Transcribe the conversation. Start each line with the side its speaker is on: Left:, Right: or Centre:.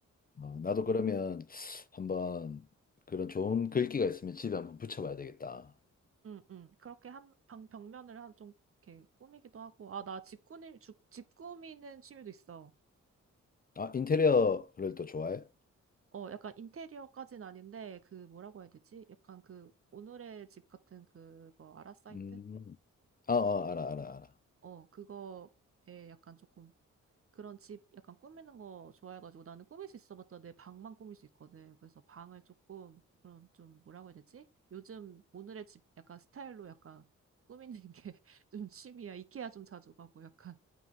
Left: 아, 나도 그러면 한번 그런 좋은 글귀가 있으면 집에 한번 붙여봐야 되겠다.
Right: 응, 응. 그렇게 한, 방, 벽면을 한 좀 이렇게 꾸미기도 하고. 아, 나 집 꾸미, 주- 집 꾸미는 취미도 있어.
Left: 아, 인테리어를 또 좋아해?
Right: 어, 약간 인테리어까진 아닌데, 그, 뭐라고 해야 되지? 약간 그, 오늘의 집 같은 그거, 아라 사이트?
Left: 음, 아, 아, 알아, 알아, 알아.
Right: 어, 그거에 약간 조금, 그런 집 약간 꾸미는 거 좋아해가지고, 나는 꾸밀 수 있어봤자 내 방만 꾸밀 수 있거든. 그래서 방을 조금, 그런 좀, 뭐라고 해야 되지? 요즘 오늘의 집 약간 스타일로 약간 꾸미는 게 <laughs> 좀 취미야. 이케아 좀 자주 가고, 약간.